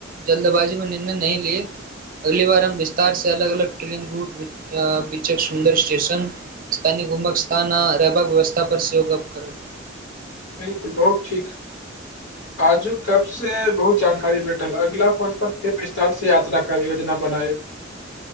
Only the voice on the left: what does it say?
बिलकुल बहुत ठीक आजू तब से बहुत जानकारी भेटल अगिला फोन पर फेर विस्तार से यात्रा क योजना बनाएब